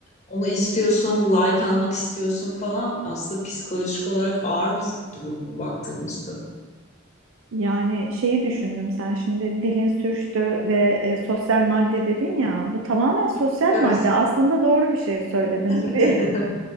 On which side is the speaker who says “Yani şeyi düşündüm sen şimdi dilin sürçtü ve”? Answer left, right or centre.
Right